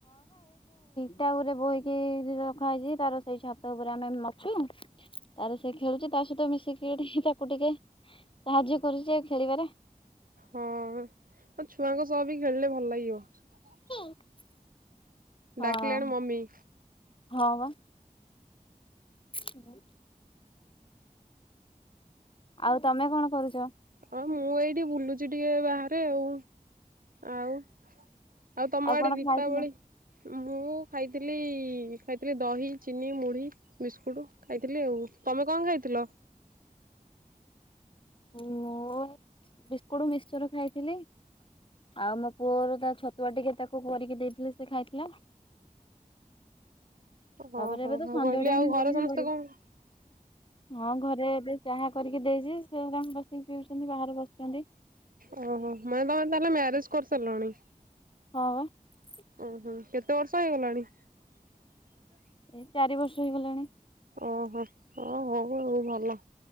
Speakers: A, on the left; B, on the right.
A: ଟା ଉପରେ ବୋହିକି ରଖା ହେଇଚି, ତାର ସେଇ ଛାତ ଉପରେ ଆମେ ମାଛୁ ତାର ସେ ଖେଳୁଚି, ତା ସହିତ ମିଶିକିିକ ତାକୁ ଟିକେ ସାହାଯ୍ୟ କରୁଛି ଖେଳିବାରେ
B: ହଁ ଆଉ ଛୁଆଙ୍କ ସହ ବି ଖେଳିଲେ ଭଲ ଲାଗି ଡ଼ିିଓ <inaudible>
A: <unintelligible> ହଁ
B: ଡାକିଲେଣି ମମି
A: ହଁ। <inaudible> ଆଉ ତମେ କଣ କରୁଚ।
B: ହଁ ମୁଁ ଏଇଠି ବୁଲୁଚି, ଟିକେ ବାହାରେ ଆଉ ଆଉ ଆଉ ତମ ଆଡେ
A: କଣ
B: ଦୀପାବଳି
A: ଖାଇଥିଲ
B: ମୁଁ ଖାଇଥିଲି ଖାଇଥିଲି, ଦହି ଚିନି ମୁଢି ବିସ୍କୁଟ ଖାଇଥିଲି ଆଉ, ତମେ କଣ ଖାଇଥିଲ।
A: ମୁଁ ବିସ୍କୁଟ ମିକ୍ସଚର ଖାଇଥିଲି, ଆଉ ମୋ ପୁଅର ତା ଛତୁଆ ଟିକେ ତାକୁ କରିକି ଦେଇଥିଲେି ସେ ଖାଇଥିଲା। <inaudible>
B: ଓହୋ
A: ତାପରେ ଏବେ ତ
B: ମୁଁ
A: ସଞଟାଇମ୍
B: କହିଲି ଆଉ
A: ହେଲାଣି
B: ସମସ୍ତେ
A: ଘରେ
B: କଣ
A: ହଁ ଘରେ ଏବେ ଚାହା କରିକି ଦେଇଚି। <unintelligible> ବସିକି ପିଉଛନ୍ତି, ବାହାରେ ବସିଛନ୍ତି।
B: ଓହୋ ମାନେ ତମେ ତାହେଲେ ମ୍ୟାରେଜ କରିସାରିଲଣି।
A: ହଁ। <inaudible>
B: ଓହୋ କେତେ ବର୍ଷ ହେଇଗଲାଣି। <inaudible>
A: ଏଇ ଚାରି ବର୍ଷ ହେଇଗଲାଣି।
B: ଓହୋ ଓ ହୋଉ ଭଲ,